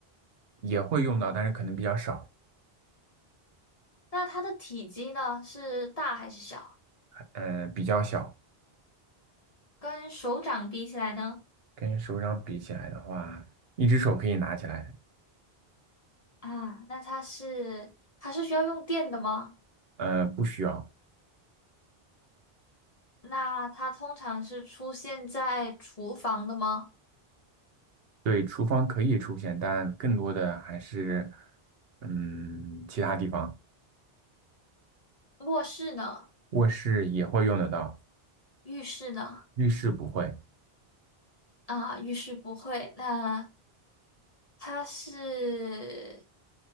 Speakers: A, on the right; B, on the left.
A: 也会用到，但是可能比较少，
B: 那它的体积呢，是大还是小？
A: 呃，比较小，
B: 跟手掌比起来呢？
A: 跟手掌比起来的话，一只手可以拿起来，
B: 啊，那它是它是需要用电的吗？
A: 呃，不需要。
B: 那它通常是出现在厨房的吗？
A: 对，厨房可以出现，但更多的还是，嗯，其他地方。
B: 卧室呢？
A: 卧室也会用得到，
B: 浴室呢？
A: 浴室不会，
B: 啊，浴室不会。那它是